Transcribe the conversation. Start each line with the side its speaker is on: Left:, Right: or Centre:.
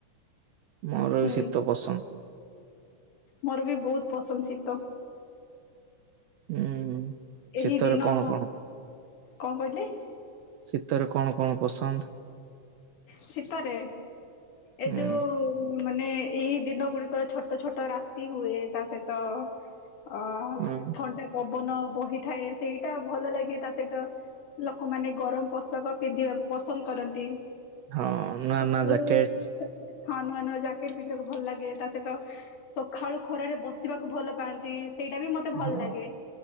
Right: ମୋର
Left: ହୁଁ
Right: ବି ଶୀତ ପସନ୍ଦ।
Left: ମୋର ବି ବହୁତ ପସନ୍ଦ ଶୀତ।
Right: ହୁଁ ହୁଁ।
Left: ଏହି
Right: ଶୀତରେ
Left: ଦିନ
Right: କଣ କଣ?
Left: କଣ କହିଲେ?
Right: ଶୀତରେ କଣ କଣ ପସନ୍ଦ?
Left: ଶୀତରେ? ଏ
Right: ହୁଁ
Left: ଯୋଉ ମାନେ ଏଇ ଦିନ ଗୁଡିକର ଛୋଟ ଛୋଟ ରାତି ହୁଏ, ତା ସହିତ ଅ
Right: ହୁଁ
Left: ଥଣ୍ଡା ପବ ବନ ବହିଥାଏ ସେଇଟା ଭଲ ଲାଗେ, ତା ସହିତ ଲୋକମାନେ ଗରମ ପୋଷାକ ପିନ୍ଧିବାକୁ ପସନ୍ଦ କରନ୍ତି
Right: ହଁ। ନୂଆ
Left: ସକାଳୁ
Right: ନୂଆ ଜ୍ୟାକେଟ
Left: ହଁ ନୂଆ ନୂଆ ଜ୍ୟାକେଟ ପିନ୍ଧିବାକୁ ଭଲ ଲାଗେ। ତା ସହିତ ସଖାଳୁ ଖରାରେ ବସିବାକୁ ଭଲ ପାଆନ୍ତି। ସେଇଟା ବି ମତେ ଭଲ
Right: ହଁ
Left: ଲାଗେ